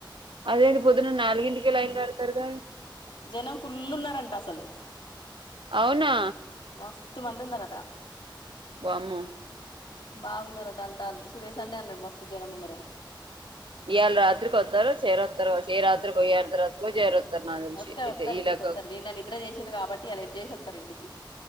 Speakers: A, on the right; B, on the left.
A: అదేంది పొద్దున్న నాలుగింటికె లైన్ కడతారుగ
B: జనం ఫుల్ ఉన్నరంటా అసలు
A: అవునా
B: మస్తు మంది ఉన్నరట
A: వామ్మో
B: బాగున్నరట అట అంటార్రు సురేష్ అన్నే అన్నడు మస్తు జనం ఉన్నారని
A: ఇయాళ రాత్రికి వస్తారు చేర తరువాతి ఏ రాత్రి కో ఏ అర్థరాత్రి కో జేరుత్తరు నాకు తెలసి
B: వత్తరు వత్తరు
A: ఈలెక్క
B: ఇంటికి వత్తరు నిన్న నిద్ర చేసిండ్రు కాబట్టి ఇయాల ఎటు చేసి వత్తరు ఇంటికి